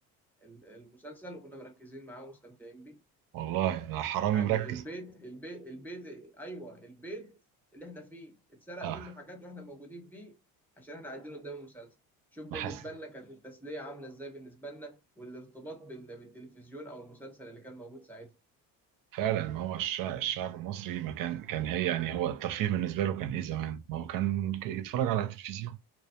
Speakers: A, in the centre; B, on the right (about 55°).
A: ال- المسلسل وكنا مركزين معاه ومستمتعين بيه
B: والله أنا حرامي
A: يعني
B: مركز
A: البيت البيت البيت ايوه البيت اللي احنا فيه اتسرق
B: اه
A: منه حاجات واحنا موجودين فيه عشان احنا قاعدين قدام المسلسل شوف بالنسبه
B: ما حس
A: لنا كانت التسليه عامله ازاي بالنسبه لنا والارتباط بال- بالتلفزيون او المسلسل اللي كان موجود ساعتها
B: فعلا ما هو الشعب, الشعب المصري ما كان كان هي يعني هو الترفيه بالنسبه له كان ايه زمان ما هو كان ك- يتفرج على التلفزيون